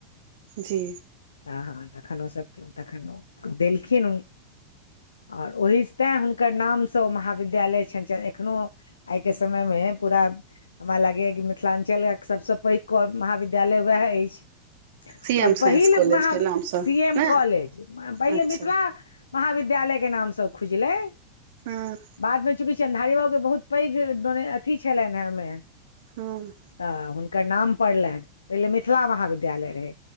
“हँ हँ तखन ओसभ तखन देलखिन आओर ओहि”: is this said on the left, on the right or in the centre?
Left